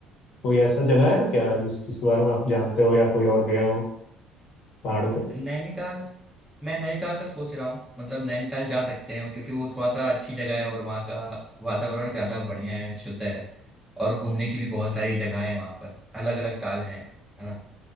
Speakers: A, on the left; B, in the centre.
A: कोई ऐसा जगह है क्या जिस जिसके बारे में आप जानते हो या कोई और गया हो पहाड़ों पे
B: नैनीताल मैं नैनीताल का सोच रहा हूँ मतलब नैनीताल जा सकते हैं क्योंकि वो थोड़ा सा अच्छी जगह है और वहाँ का वातावरण ज्यादा बढ़िया है शुद्ध है और घूमने की भी बहुत सारी जगह है वहाँ पर अलग अलग ताल हैं है ना